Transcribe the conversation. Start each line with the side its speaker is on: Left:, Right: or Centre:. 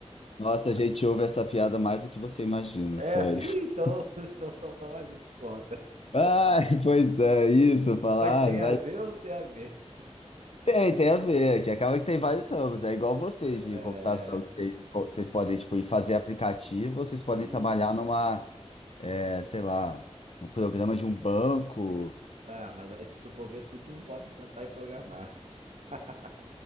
Left: Nossa, a gente ouve essa piada mais do que você imagina,
Right: É,
Left: sério.
Right: <laughs> ih, então,
Left: <laughs>
Right: <laughs> então só tá mais um que conta.
Left: Ai, pois é, isso, falar.
Right: Mas tem
Left: ai, vai-
Right: a ver ou não tem a ver? <laughs>
Left: Tem, tem a ver, que acaba que tem vários ramos, né? É Igual vocês de
Right: É,
Left: computação, que vocês, co- vocês podem, tipo, ir fazer aplicativo, vocês podem
Right: e,
Left: trabalhar numa, é, sei lá, um programa de um banco,
Right: ah, mas aí se tu for ver, tudo envolve sentar e programar. <laughs>